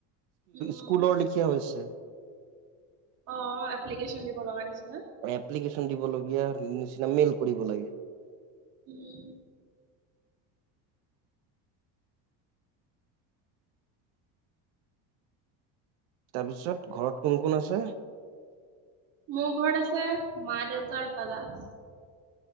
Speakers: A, on the right; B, on the right.
A: উম
B: স্কুলৰ লিখিয়া হৈছে
A: অ এপ্লিকেশ্যন দিব লগা নিছিল
B: এপ্লিকেশ্যন দিবলগীয়া নিচিনা মেইল কৰিব লাগে
A: উম।
B: তাৰপিছত ঘৰত কোন কোন আছে?
A: মোৰ ঘৰত আছে মা দেউতাৰ আৰু দাদা